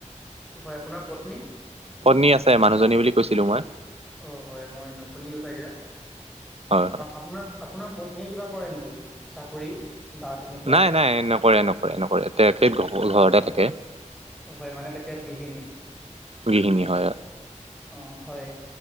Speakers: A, in the centre; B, on the right (about 55°).
A: হয় আপোনাৰ পত্নী
B: পত্নী আছে মানুহজনী বুলি কৈছিলো মই
A: অ হয় মই নুশুনিলো ছাগে
B: হয় হয়
A: আপোনাৰ আপোনাৰ পত্নীয়ে কিবা কৰে নেকি চাকৰি বা তেনেকুৱা
B: নাই নাই নকৰে নকৰে নকৰে তেখেত ঘ ঘৰতে থাকে <inaudible>
A: হয় মানে তেখেত গৃহিণী
B: গৃহিনি হয় <inaudible>
A: অ হয়